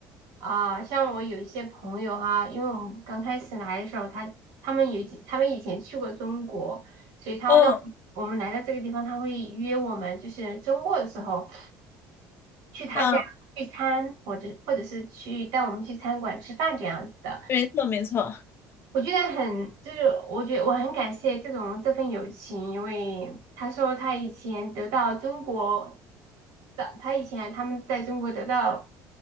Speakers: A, on the right (about 75°); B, on the left (about 35°).
A: 啊，像我有一些朋友哈，因为我们刚开始来的时候，他他们有他们以前去过中国，所以他会当我们来到这个地方，
B: 嗯
A: 他会约我们，就是周末的时候去他家聚餐，
B: 嗯，
A: 或者或者是去带我们去餐馆吃饭这样子的。
B: 没错没错。
A: 我觉得很，就是我觉得我很感谢这种这份友情，因为他说他以前得到中国的，他以前他们在中国得到